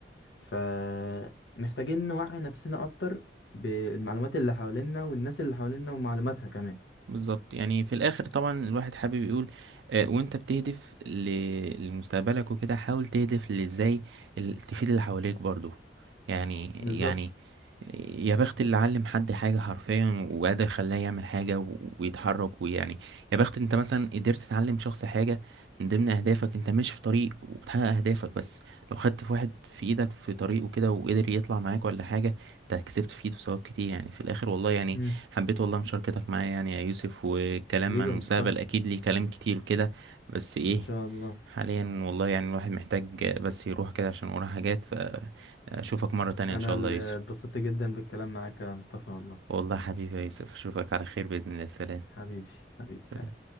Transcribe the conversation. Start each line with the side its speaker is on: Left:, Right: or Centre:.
Left: فمحتاجين نوعي نفسنا اكتر بالمعلومات اللي حوالينا والناس اللي حوالينا ومعلوماتها كمان
Right: بالظبط يعني في الاخر طبعا الواحد حابب يقول آه، وانت بتهدف ل- لمستقبلك وكده حاول تهدف لازاي ال- تفيد اللي حواليك برضو يعني
Left: بالظبط
Right: يعني يا بخت اللي علم حد حاجة حرفيا وقادر خلاه يعمل حاجة و- ويتحرك ويعني يا بخت انت مثلا قدرت تعلم شخص حاجة من ضمن اهدافك انت ماشي في طريق وبتحقق اهدافك بس لو خدت في واحد في ايدك في طريقه كده وقدر يطلع معاك ولا حاجة انت كسبت في ايده ثواب كتير يعني في الاخر والله يعني
Left: مم.
Right: حبيت والله مشاركتك معايا يعني يا يوسف والكلام
Left: حبيبي
Right: عن
Left: يا
Right: المستقبل
Left: مصطفى
Right: اكيد ليه كلام كتير وكده بس ايه
Left: ان شاء الله
Right: حاليا والله يعني الواحد محتاج بس يروح كده عشان وراه حاجات فاشوفك مرة تانية
Left: انا
Right: ان شاء
Left: اللي
Right: الله يا يوسف
Left: اتبسطت جدا بالكلام معاك يا مصطفى والله
Right: والله حبيبي يا يوسف اشوفك على خير بإذن الله سلام
Left: حبيبي حبيبي سلام
Right: سلام